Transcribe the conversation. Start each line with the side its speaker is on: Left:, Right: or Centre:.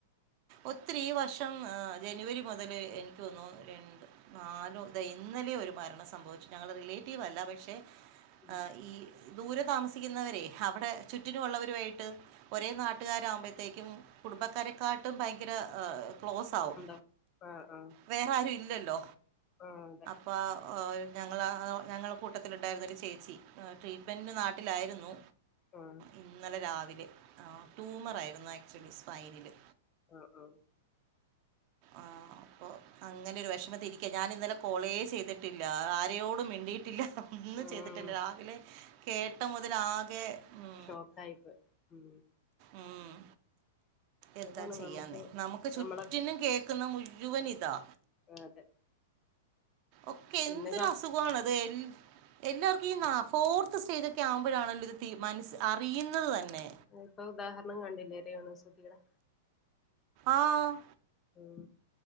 Right: ഒത്തിരി ഈ വർഷം ജനുവരി മുതല് എനിക്കോന്നു രണ്ട് നാലും ഇത ഇന്നലെ ഒരു മരണം സംഭവിച്ചു ഞങ്ങള് റിലേറ്റീവ് അല്ല പക്ഷെ
Left: ഉം
Right: ആ ഈ ദൂരെ താമസിക്കുന്നവരെ അവിടെ ചുറ്റിനുമള്ളവരു ആയിട്ട് ഒരേ നാട്ടുകാരാകുമ്പോഴത്തേക്കും കുടുംബക്കാരെക്കാട്ടും ഭയങ്കര ക്ലോസ് ആവും
Left: എന്താ ആ ആഹ്
Right: വേറെ ആരും ഇല്ലല്ലോ
Left: ആ അതെ
Right: അപ്പോ ഞങ്ങളാ ഞങ്ങള കൂട്ടത്തിലുണ്ടായിരുന്നൊരു ചേച്ചി ട്രീറ്റ് ഹസ്ബെൻഡ് നാട്ടിലായിരുന്നു
Left: ആഹ്
Right: ഇന്നലെ രാവിലെ ആഹ് ടൂമറായിരുന്നു ആക്ച്വലി സ്പയ്നില്
Left: ആഹ് ആഹ്
Right: ആഹാ അപ്പോ അങ്ങനൊരു വെഷമത്തിരിക്ക ഞാനിന്നലെ കോളേ ചെയ്തിട്ടില്ല ആരെയോടും മിണ്ടിയിട്ടില്ല. ഒന്നും
Left: ഉം
Right: ചെയ്തിട്ടില്ല രാവിലെ കേട്ടമുതലാകെ ഉം
Left: ഷോക്കായിപ്പ ഉം
Right: ഊം എന്താ
Left: അതാണ്
Right: ചെയ്യാന്നെ
Left: നമുക്ക്
Right: നമുക്ക് ചുറ്റിനും
Left: നമ്മളെ
Right: കേക്കുന്ന മുഴുവൻ ഇതാ
Left: ആ, അതെ
Right: ഒക്കെ
Left: ഇന്ന്
Right: ന്തരസ്
Left: കാ
Right: ത്ത് പോണത് ഉം എല്ലാർക്കു ഈ നാ ഫോർത്ത് സ്റ്റേജ് ഒക്കെ ആവുമ്പഴാണല്ലോ ഇത് തി മനസ്സ് അറിയുന്നത് തന്നെ
Left: ഇപ്പൊ ഉദാഹര്ണം കണ്ടില്ലേ രേണുസുധിയുടെ
Right: ആഹ്
Left: ഉം